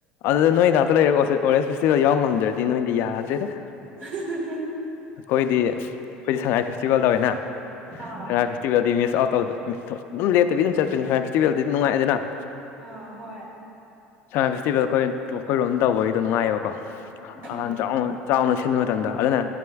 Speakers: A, on the left; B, on the right.
A: ꯑꯗꯨꯗ ꯅꯣꯏ ꯉꯥꯛꯇ ꯂꯩꯔ ꯑꯣꯔꯦꯖ ꯐꯦꯁꯇꯤꯚꯦꯜ ꯌꯥꯎ ꯉꯝꯗ꯭ꯔꯗꯤ ꯅꯣꯏꯗꯤ ꯌꯥꯗ꯭ꯔꯦꯗ
B: <inaudible>
A: ꯑꯩꯈꯣꯏꯗꯤ ꯑꯩꯈꯣꯏꯗꯤ ꯁꯉꯥꯏ ꯐꯦꯁꯇꯤꯚꯦꯜ ꯇꯧꯋꯦꯅꯉꯥꯏ
B: ꯑꯥ
A: ꯐꯦꯁꯇꯤꯚꯦꯜꯗꯤ ꯃꯤꯁ ꯑꯥꯎ ꯑꯗꯨꯝ ꯂꯦꯠꯇꯕꯤ ꯑꯗꯨꯝ ꯆꯠꯄꯅꯤ ꯁꯥꯏ ꯐꯦꯁꯇꯤꯚꯦꯜꯗꯗꯤ ꯅꯨꯡꯉꯥꯏꯗꯅ
B: ꯑꯥ ꯍꯣꯏ
A: ꯁꯉꯥꯏ ꯐꯦꯁꯇꯤꯚꯦꯜ ꯑꯩꯈꯣꯏ ꯑꯩꯈꯣꯏꯔꯣꯝ ꯇꯧꯕꯒꯤꯗꯣ ꯉꯥꯏꯌꯦꯕꯀꯣ
B: ꯎꯝ
A: ꯑ ꯆꯥꯎ ꯆꯥꯎꯅ ꯁꯤꯟꯕ ꯃꯇꯝꯗ ꯑꯗꯨꯅ